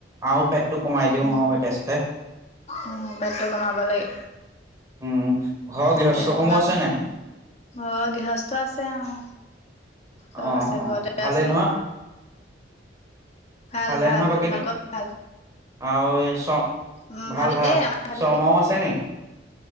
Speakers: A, on the right; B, on the left.
A: আৰু পেটটো কমাই দিও
B: উম,
A: আৰু একেচাতে।
B: উম পেটটো কমাব লাগে।
A: উম, ঘৰৰ গৃহস্থসমূহ
B: তাকে তোমাৰ
A: আছে নাই?
B: ঘৰৰ গৃহস্থ আছে আও। চব
A: অ',
B: আছে
A: অ',
B: ঘৰতে
A: ভালে
B: আছে।
A: নহয়?
B: ভাল
A: ভালে
B: ভাল
A: নহয় বাকী,
B: তোমালোকৰ ভাল
A: আৰু এ চ
B: উম
A: ভাল
B: ভালেই
A: ভাল
B: আমাৰ ভালে
A: শৰ্মাও আছে নি,